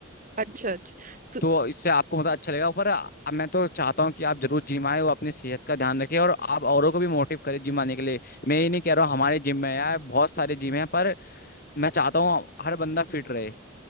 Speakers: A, on the right; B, on the left.
A: अच्छा अच्छा तो,
B: तो इससे आपको मतलब अच्छा लगेगा पर आ- मैं तो चाहता हूँ कि आप जरूर जिम आए और अपनी सेहत का ध्यान रखें और आप औरों को भी मोटिव करें जिम आने के लिए मैं ये नहीं कह रहा हूँ हमारे जिम में आया बहुत सारे जिम हैं पर मैं चाहता हूँ हर बंदा फिट रहे